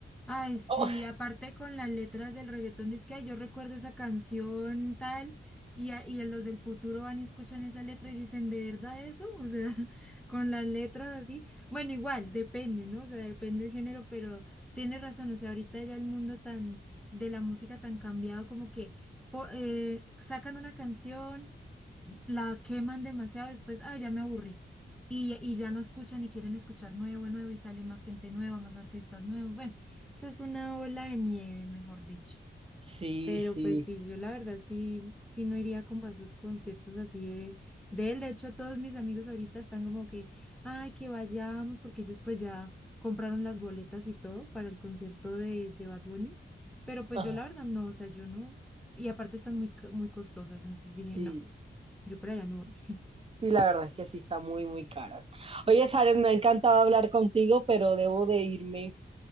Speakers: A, in the centre; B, on the right.
A: Ay, sí,
B: o
A: aparte con las letras del reggaetón, dice que "Ay, yo recuerdo esa canción tal, y, a- y los del futuro van y escuchan esa letra y dicen, ¿de verdad eso? O sea, <laughs> con las letras así. Bueno, igual, depende, ¿no? O sea, depende del género, pero tiene razón, o sea, ahorita ya el mundo tan, de la música tan cambiado, como que po- eh, sacan una canción, la queman demasiado, después, ay, ya me aburrí. Y, y ya no escuchan y quieren escuchar nuevo, nuevo, y sale más gente nueva, más artistas nuevos. Bueno. Eso es una ola de nieve, mejor dicho.
B: Sí,
A: Pero
B: sí.
A: pues sí, yo la verdad sí, sí no iría como a esos conciertos así de, de él. De hecho, todos mis amigos ahorita están como que, ay, que vayamos, porque ellos pues ya compraron las boletas y todo para el concierto de, de Bad Bunny. Pero pues
B: Ah,
A: yo la verdad no, o sea, yo no. Y aparte están muy, ca- muy costosas, entonces dije,
B: sí.
A: no, yo para allá no voy. <laughs>
B: Sí, la verdad es que sí está muy, muy caras. Oye, Sares, me ha encantado hablar contigo, pero debo de irme.